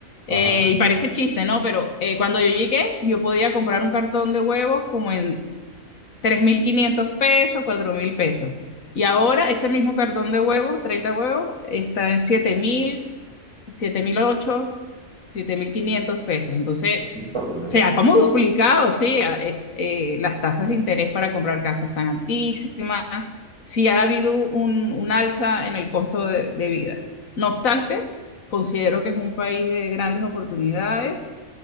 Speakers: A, on the left; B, on the right.
A: Eh,
B: Ajá,
A: y parece chiste, ¿no? Pero eh, cuando yo llegué, yo podía comprar un cartón de huevos como en 3.500 pesos, 4.000 pesos. Y ahora ese mismo cartón de huevos, 30 huevos, está en siete mil siete mil ocho, siete mil quinientos pesos. Entonces,
B: el doble.
A: se ha como duplicado, sí, a- es- eh, las tasas de interés para comprar casa están altísimas, sí ha habido un, un alza en el costo de de vida. No obstante, considero que es un país de grandes oportunidades